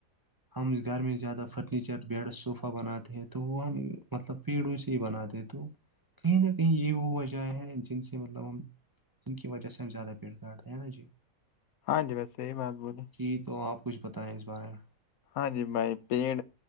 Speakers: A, on the right (about 25°); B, on the left (about 80°).
A: ہم گھر میں زیادہ فرنیچر بیڈ صوفہ بناتے ہیں تو وہ ہم مطلب پیڑوں سے ہی بناتے ہیں تو کہیں نہ کہیں یہ وہ وجہ ہیں جن سے مطلب ہم جن کی وہ سے زیاہ بییٹ گاٹ ہے نا جی
B: ہاں جی ویسے صحیح بات بولی
A: جی تو آپ کچھ بتائیں اس بارے میں
B: ہاں جی بھائی پیڑ